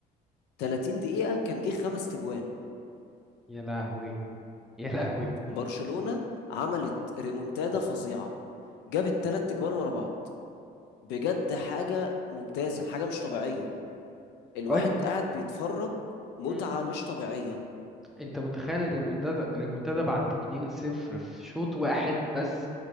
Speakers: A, on the left; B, in the centre.
A: 30 دقيقه كان جه خمس تجوان
B: يا لهوي يا لهوي
A: برشلونه عملت ريمونتادا فظيعه جابت ثلاث تجوان ورا بعض بجد حاجة ممتازة حاجة مش طبيعية الواحد
B: ايوه
A: قاعد بيتفرج متعة
B: مم.
A: مش طبيعية
B: انت متخيل الريمونتادا الريمونتادا بعد 2-0 في شوط واحد بس